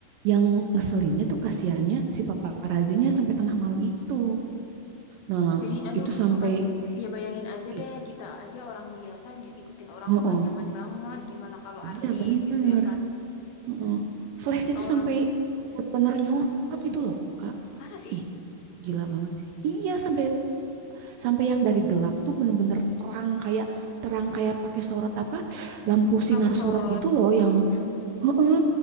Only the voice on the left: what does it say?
Jadi, aduh,
sumpah deh. Ya bayangin aja
deh, kita aja orang biasa diikutin orang
tuh nggak nyaman banget. Gimana kalau
artis
gitu ya kan?
Seorang,
masa sih?
Lampu sorot.
Hmm,